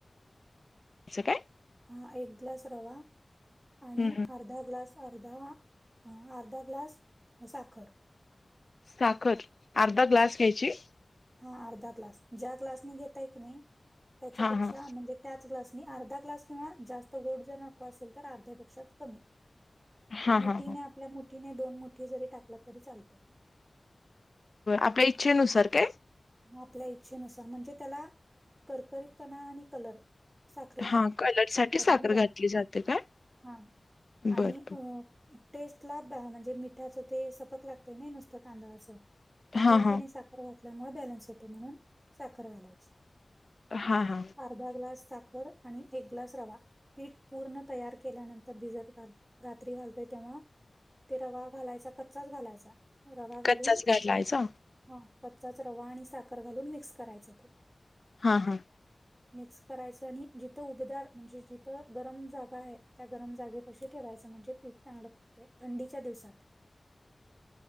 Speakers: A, on the left; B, on the right.
A: आस काय!
B: हा एक ग्लास रवा आणि
A: हं, हं.
B: अर्धा ग्लास अर्धा अर्धा ग्लास साखर!
A: साखर अर्धा ग्लास घ्यायची?
B: हा अर्धा ग्लास ज्या ग्लास ने घेताय की नाही त्याच्यापेक्षा
A: हां, हां.
B: म्हणजे त्याच ग्लासनी अर्धा ग्लास किंवा जास्त गोड जर नको असेल तर अर्ध्यापेक्षा कमी.
A: हां,
B: मुठीने
A: हां, हां.
B: आपल्या मुठीने दोन मुठी जरी टाकलं तरी चालतय.
A: आपल्या इच्छेनुसार काय?
B: आपल्या इच्छेनुसार म्हणजे त्याला करकरीतपणा आणि कलर साखरेमुळे
A: हां,
B: येते
A: कलरसाठी
B: साखर आणि रवा
A: घातली जाते काय?
B: हा
A: बरं,
B: आणि
A: बरं.
B: अ टेस्ट ला म्हणजे मिठाचं ते सपक लागतय नाही नुसतं तांदळाचं.
A: हां,
B: मीठ
A: हां.
B: आणि साखर घातल्यामुळे बॅलन्स होतय म्हणून साखर घालायची.
A: हा हा!
B: अर्धा ग्लास साखर आणि एक ग्लास रवा पीठ पूर्ण तयार केल्यानंतर भिजत घा रात्री घालतोय तेव्हा ते रवा घालायचा कच्चाच घालायचा रवा घालून
A: कच्चाच घालायचा?
B: हा कच्चाच रवा आणि साखर घालून मिक्स करायचं ते
A: हा हा
B: मिक्स करायचं आणि जिथं उबदार म्हणजे जिथं गरम जागा आहे त्या गरम जागेपाशी ठेवायचं म्हणजे फीठ चांगलं फघतंय थंडीच्या दिवसात
A: ह